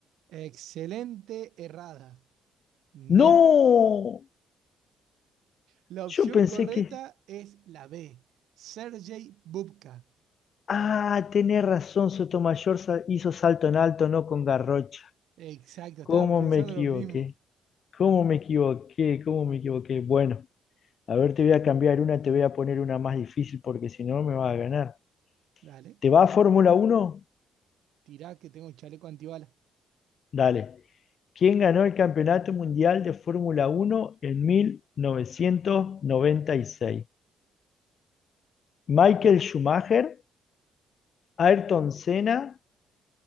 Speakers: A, on the right; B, on the left.
A: Excelente errada. No.
B: ¡No!
A: La opción
B: Yo pensé
A: correcta
B: que.
A: es la B, Sergei Bubka.
B: Ah, tenés razón, Sotomayor sa- hizo salto en alto, no con Garrocha.
A: Exacto, estaba
B: ¿Cómo
A: pensando
B: me equivoqué?
A: lo mismo.
B: ¿Cómo me equivoqué? ¿Cómo me equivoqué? Bueno, a ver, te voy a cambiar una, te voy a poner una más difícil porque si no me vas a ganar.
A: Dale.
B: ¿Te va a Fórmula Uno?
A: Tirá que tengo el chaleco antibalas.
B: Dale. ¿Quién ganó el Campeonato Mundial de Fórmula Uno en 1996? ¿Michael Schumacher, Ayrton Senna